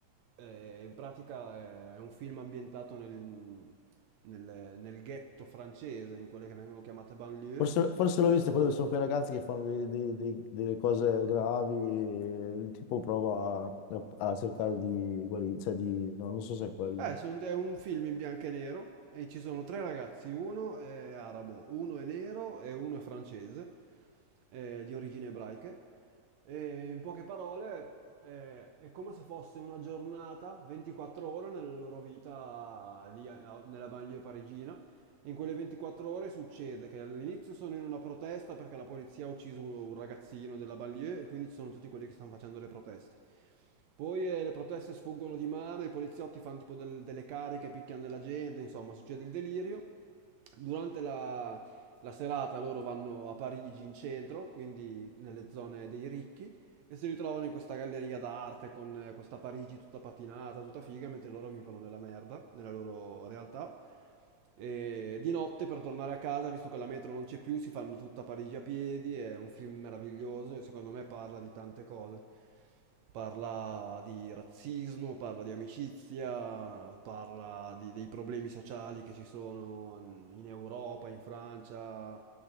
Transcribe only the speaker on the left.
Forse, forse l'ho visto, quello che sono quei ragazzi che fanno dei- dei- dei- delle cose gravi e il tipo prova a, a cercare di guarire, cioè di... no, non so se è quello.